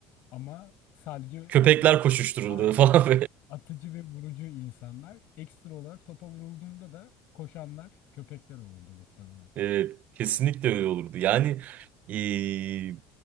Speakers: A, on the left; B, on the right.
A: ama sadece
B: Köpekler
A: at
B: koşuştururdu
A: aynen
B: <laughs> falan
A: atıcı ve vurucu insanlar ekstra olarak topa vurulduğunda da koşanlar köpekler olurdu muhtemelen.
B: Evet, kesinlikle öyle olurdu. Yani eee,